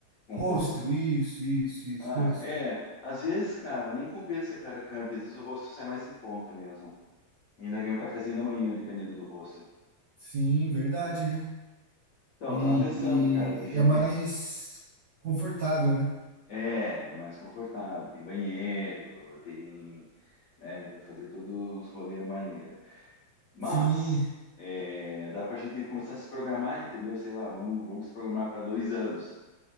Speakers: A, on the left; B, on the right.
A: Um
B: Hostel,
A: hostel.
B: isso, isso, isso,
A: Ah,
B: hostel.
A: é. Às vezes, cara, nem compensa, cara, camping. Às vezes o hostel sai mais em conta mesmo. Ainda ganha um cafezinho da manhã, dependendo do hostel.
B: Sim, verdade, né?
A: Então,
B: E,
A: eu tava pensando,
B: e
A: cara, da gente.
B: e é mais confortável, né?
A: É, é mais confortável, tem banheiro, tem, né, pra fazer todos os rolês maneiro. Mas,
B: Sim,
A: é, dá pra gente começar a se programar, entendeu? Sei lá, vamos, vamos se programar para dois anos.